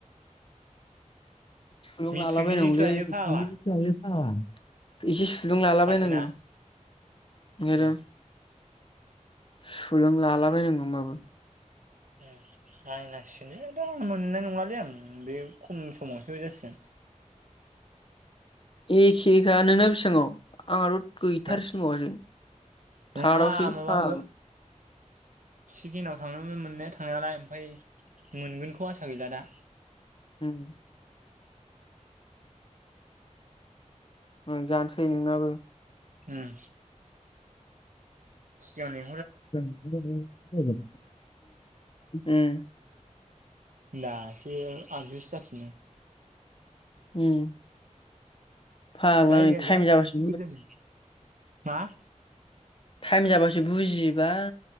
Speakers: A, on the left; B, on the right.
A: सुलुं
B: मेट्रिकनिजोंसो
A: लालाबायायनांगौलै
B: लायो फाग्ला
A: <unintelligible> आ एसे सुलुं लालाबायनांगौ।
B: फारसेना
A: ओंखायथ'
B: उम
A: सुलुं लालाबायनांगौ होनबाबो।
B: उम नायनांसिगोनलै दा मोननाय नङालै आं बे खम समावसो जासिगोन।
A: एखेखा नोंना बिसाङाव आंनाथ' गैथारसिनबावासो
B: ओमफ्राय नङा
A: थार्द आवसो
B: माबा
A: फाग्ला।
B: सिकिनाव थांनो मोननाया थांनायालाय ओमफ्राय मोनगोनखौ आसा गैला दा।
A: होम। मोनजानोसै नोंनाबो।
B: उम, सिगांनि
A: <unintelligible> उम उम।
B: दासो आगजुसो जाफिनो।
A: उम। फाग्ला
B: जायगाया
A: नै टाइम
B: जा
A: जाबासो
B: गोजान मा?
A: टाइम जाबासो बुजियोबा।